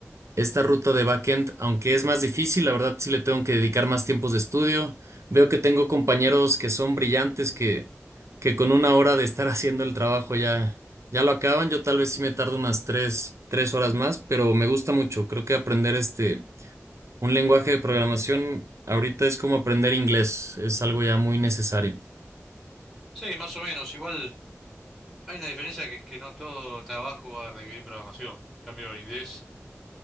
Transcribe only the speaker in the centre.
Sí, más o menos. Igual hay una diferencia que es que no todo trabajo va a requerir programación. En cambio, en inglés.